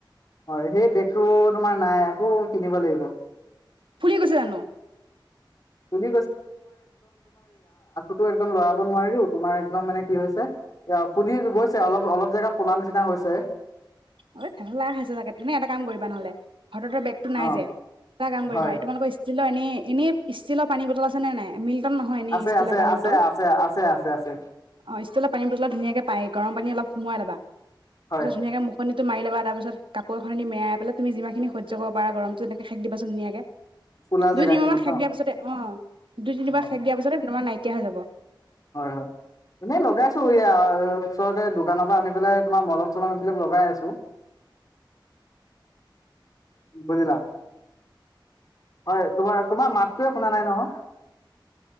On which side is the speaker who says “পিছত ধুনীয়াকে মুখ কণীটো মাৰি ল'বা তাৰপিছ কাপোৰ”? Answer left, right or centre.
Right